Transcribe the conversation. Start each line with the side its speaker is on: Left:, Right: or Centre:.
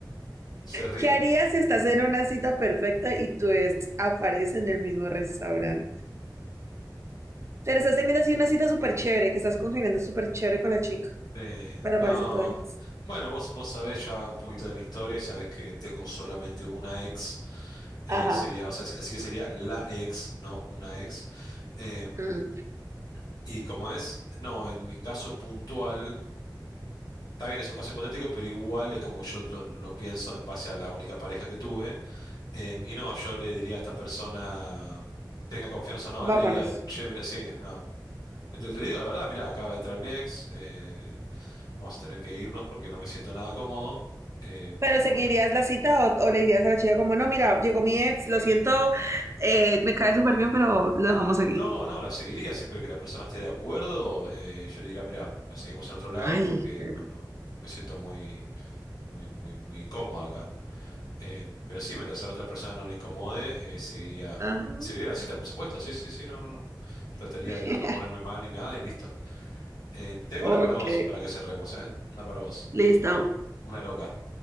Left: se ríe.
Right: ¿Qué harías si estás en una cita perfecta y tu ex aparece en el mismo restaurante? Te estás teniendo así una cita súper chévere, que estás congeniando súper chévere con la chica,
Left: Sí,
Right: pero
Left: no.
Right: aparece tu ex.
Left: Bueno, vos, vos sabés ya un poquito de mi historia y sabés que tengo solamente una ex. eh,
Right: Ajá.
Left: sería, o sea, así así que sería la ex, no una ex. Em,
Right: Mm,
Left: y como es, no, en mi caso puntual, está bien, es un caso hipotético, pero igual es como que yo lo, lo pienso en base a la única pareja que tuve. Em, y no, yo le diría a esta persona, tenga confianza o no, le
Right: Vámonos.
Left: diría, che, mira, sí, no. Le, le digo la verdad, mira, acaba de entrar mi ex. Eh, Vamos a tener que irnos porque no me siento nada cómodo. Eh,
Right: ¿Pero seguirías
Left: por-
Right: la cita o, o le dirías a la chica como, no, mira, llegó mi ex, lo siento, eh, me cae súper bien, pero lo dejamos aquí?
Left: No, no, la seguiría. Siempre que la persona esté de acuerdo, eh, yo le diría, mira, la seguimos en otro lado
Right: Ay,
Left: porque
Right: qué-
Left: no, no, me siento muy, muy, muy, muy incómodo acá. Eh, pero sí, mientras a la otra persona no le incomode, eh, seguiría,
Right: Ajá.
Left: seguiría la cita, por supuesto. Sí, sí, sí, no, no, no. Trataría
Right: <laughs>
Left: de no, no ponerme mal ni nada y listo. Eh, tengo
Right: Ok,
Left: una para vos, para que cerremos, ¿eh? Una para vos.
Right: listo,
Left: Una loca.